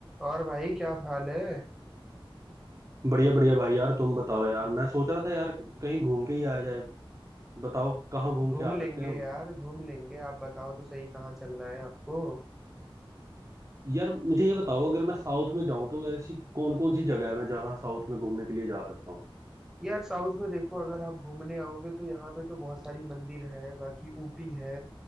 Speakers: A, in the centre; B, on the right.
A: और भाई क्या हाल है
B: बढ़िया बढ़िया भाई यार तुम बताओ यार मैं सोच रहा था यार कहीं घूम के ही आया जाए बताओ कहाँ घूम
A: घूम
B: के आ
A: लेंगे
B: सकते हैं हम
A: यार घूम लेंगे आप बताओ तो सही कहाँ चलना है आपको
B: यार मुझे ये बताओ अगर मैं साउथ में जाऊं तो ऐसी कौन कौन सी जगह है मैं जहाँ साउथ में घूमने के लिए जा सकता हूँ
A: यार साउथ में देखो अगर आप घूमने आओगे तो यहाँ पे तो बहुत सारी मंदिर है बाकी ऊटी है